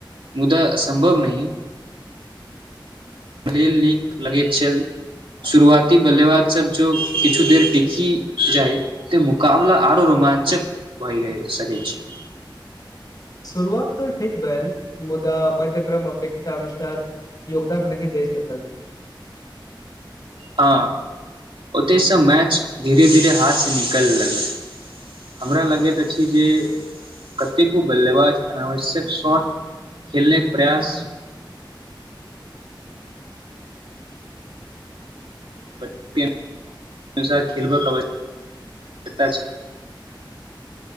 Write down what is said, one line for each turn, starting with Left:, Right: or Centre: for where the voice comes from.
Right: मुदा असम्भव नहि खेल नीक लगैत छल शुरुआती बल्लेबाज सभ जँ किछु देर टिकी जाइत तऽ मुकबला आरो रोमान्चक भए जाएत सकैत छल।
Left: शुरुआत तऽ ठीक भेल मुदा मध्यक्रम अपेक्षा अनुसार योगदान नहि दय सकल
Right: हँ ओतहिसँ मैच धीरे-धीरे हाथसँ निकलय लागल हमरा लगैत अछि जे कतेको बल्लेबाज अनावश्यक शॉट खेलनेक प्रयास के अनुसार खेलबाक आवश्यकता छल।